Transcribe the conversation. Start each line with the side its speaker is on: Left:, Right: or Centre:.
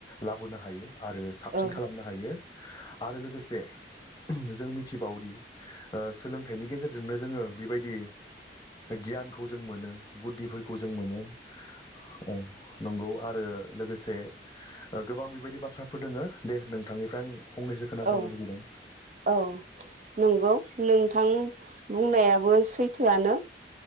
Left: लाबोनो हायो। आरो साबसिन
Right: औ
Left: खालामनो हायो आरो लोगोसे। जों मिथिबावोदि ओ सोलोंथाइनि गेजेरजोंनो जोङो बेबायदि। गियानखौ जों मोनो बुद्धिफोरखौ जों मोनो औ नंगौ आरो लोगोसे गोबां बेबायदि बाथ्राफोर दोङ दे नोंथांनिफ्राय आं फंनैसो खोनासंनो
Right: औ
Left: लुगैदों।
Right: औ नंगौ नोंथां बुंनायाबो सैथोआनो